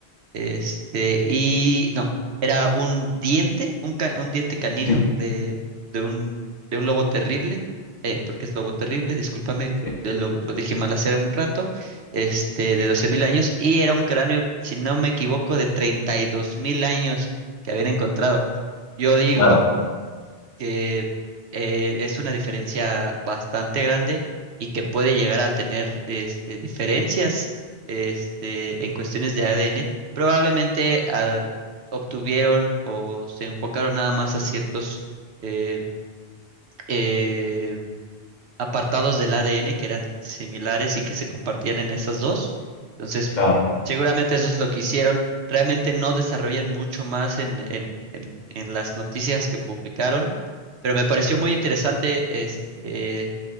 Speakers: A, on the right; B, on the left.
A: este, y no, era un diente, un, ca- un diente canino
B: sí,
A: de, de un, de un lobo terrible, eh, porque es lobo terrible, discúlpame,
B: sí,
A: eh, lo, lo dije mal hace un rato, este, de 12.000 años, y era un cráneo, si no me equivoco, de 32.000 años que habían encontrado. Yo digo
B: claro,
A: que eh, es una diferencia bastante grande y que puede llegar a tener este, diferencias este, en cuestiones de ADN. Probablemente ah, obtuvieron o se enfocaron nada más a ciertos eh, eh, apartados del ADN que eran similares y que se compartían en esas dos. Entonces,
B: claro.
A: seguramente eso es lo que hicieron. Realmente no desarrollan mucho más en, en, en, en las noticias que publicaron, pero me pareció muy interesante este,